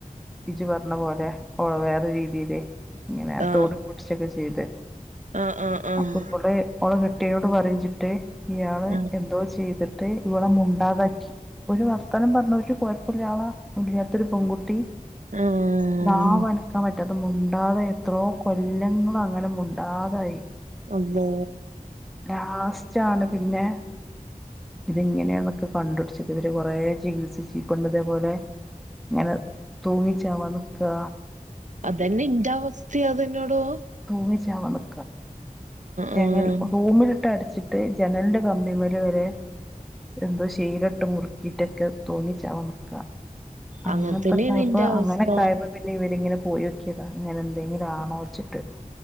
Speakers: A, in the centre; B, on the right (about 60°).
A: ഇജ്ജ് പറഞ്ഞ പോലെ ഓ വേറെ രീതിൽ ഇങ്ങനെ
B: ആഹ്
A: തൊടപൊടിച്ചൊക്കെ ചെയ്ത്
B: ആഹ് ആഹ് ആഹ്
A: അപ്പൊ <unintelligible> ഓള കെട്ടിയോട് പറഞ്ഞിട്ട് ഇയാൾ
B: ഉം
A: എന്തോ ചെയ്തിട്ട് ഇവള മുണ്ടാതാക്കി ഒരു വർത്തനം പറഞ്ഞ പക്ഷെ കുഴപ്പമില്ല ആള ഇല്ലാത്ത ഒരു പെൺകുട്ടി
B: ആഹ്
A: നാവ് അനക മറ്റത് മുണ്ടാതെ എത്രോ കൊല്ലങ്ങളൾ അങ്ങനെ മുണ്ടാതായി
B: അമ്പോ
A: ലാസ്റ്റ് ആണ് പിന്നെ ഇത്ങ്ങനെയാെന്നൊക്കെ കണ്ടുപടിച്ചത് ഇവര് കുറെ ചികിത്സിച്ച ഈ പെണ്ണ് ഇതേപോലെ ഇങ്ങനെ തൂങ്ങി ചാവ നിൽക്കുക
B: അതന്നെ എന്റെ അവസ്ഥ അതെന്നോടോ
A: തൂങ്ങിച്ചാവ നിൽ ജനൽ
B: ആഹ്
A: റൂമിലിട്ട് അടച്ചിട്ട് ജനലിന്റെ കമ്പി മേല വരെ എന്തോ ശീലട്ട് മുറുക്കിയിട്ടൊക്കെ തൂങ്ങി ചാവ നക്കാ അങ്ങൻത്തക്കായപ്പോ
B: അങ്ങനെ തന്നെയാണ് ഇന്റെ അവസ്ഥ
A: അങ്ങനെക്കായപ്പോ പിന്നെ ഇവരിങ്ങനെ പോയോക്കി. അങ്ങനെ എന്തെങ്കിലും ആണോ വെച്ചിട്ട്